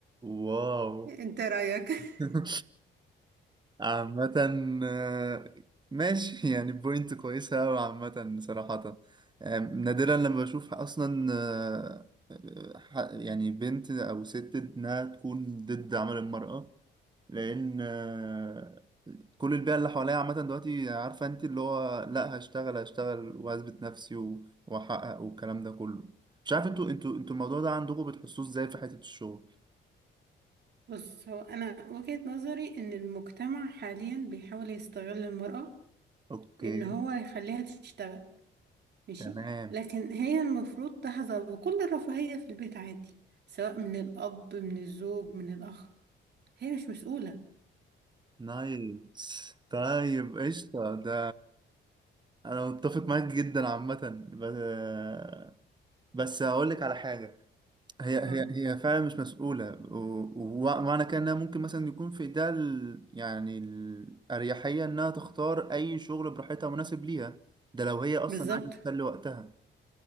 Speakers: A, on the right; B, on the right.
A: واو
B: انت رأيك <laughs>
A: <laughs> عامة آه، ماشي <laughs> يعني بوينت كويسة أوي عامة صراحة آه، نادرا لما بشوف أصلا آه، آه، ح- يعني بنت أو ست إنها تكون ضد عمل المرأة لأن آه، كل البيئة اللي حواليا عامة دلوقتي عارفة أنت اللي هو لأ هشتغل هشتغل وأثبت نفسي و- وأحقق والكلام ده كله مش عارف انتوا انتوا انتوا الموضوع ده عندكم بتحسوه ازاي في حتة الشغل
B: بص هو انا وجهة نظري ان المجتمع حاليا بيحاول يستغل المرأة
A: اوكي
B: ان هو يخليها تشتغل ماشي
A: تمام
B: لكن هي المفروض تحظى بكل الرفاهية في البيت عادي سواء من الاب من الزوج من الاخ هي مش مسؤولة
A: نايس طيب قشطة ده أنا متفق معاك جدا عامة ب- بس هقول لك على حاجة هي
B: اه
A: هي هي فعلا مش مسؤولة و- ومعنى كده إنها ممكن مثلا يكون في إيدها ال- يعني الأريحية إنها تختار أي شغل براحتها مناسب ليها ده لو هي أصلا
B: بالظبط
A: عايزة تسلي وقتها